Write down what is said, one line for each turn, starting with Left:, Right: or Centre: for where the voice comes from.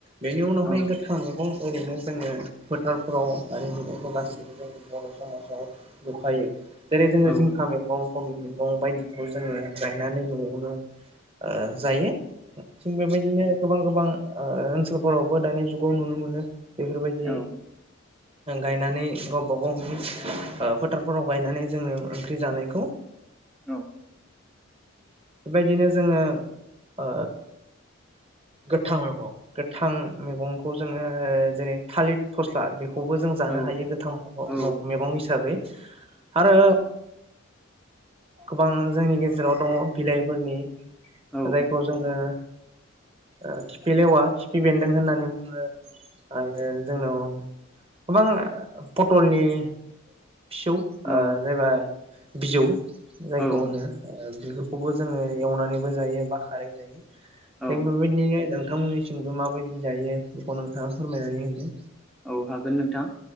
Right: बेनि उनावहाय
Centre: औ
Right: गोथां मैगं ओरैनो जोङो फोथारफ्राव दानि जुगावथ गासिबो जों बर' समाजाव नुखायो। जेरै जोङो
Centre: औ
Right: जिंखा मैगं खबि मैगं बायदिखौ जोङो गायनानै नआवनो ओ जायो। थिग बेबायदिनो गोबां गोबां ओ ओनसोलफोरावबो दानि जुगाव नुनो मोनो बेफोरबायदि
Centre: औ
Right: गायनानै गावबा गावनि ओ फोथारफोराव गायनानै जोंङो ओंख्रि जानायखौ
Centre: औ
Right: बेबायदिनो जोंङो ओ गोथां मैगं गोथां मैगंखौ जोंङो जेरै थालिर फस्ला खौबो जों जानो
Centre: औ
Right: हायो गोथां मैगं
Centre: औ
Right: मैगं हिसाबै आरो गोबां जोंनि गेजेराव दङ बिलाइफोरनि
Centre: औ
Right: जायखौ जोंङो ओ खिफि लेवा खिफि बेन्दों होननानै बुङो आरो जोंनाव गोबां पटलनि फिसौ ओ
Centre: औ
Right: जायबाय बिजौ जायखौ
Centre: औ
Right: होनो ओ बेफोरखौबो जोंङो एवनानैबो जायो बा खारै जायो <unintelligible>
Centre: औ
Right: बेबायदिनो दं नोंथांमोननिथिंबो माबायदि जायो बेखौ नोंथांङा फोरमायनानै होदो
Centre: औ हागोन नोंथां